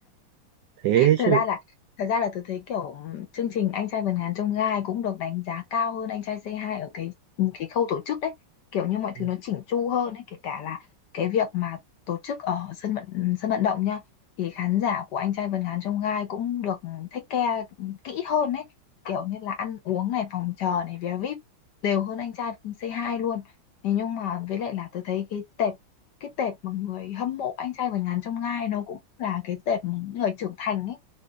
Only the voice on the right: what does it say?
thế
chứ
Ừ.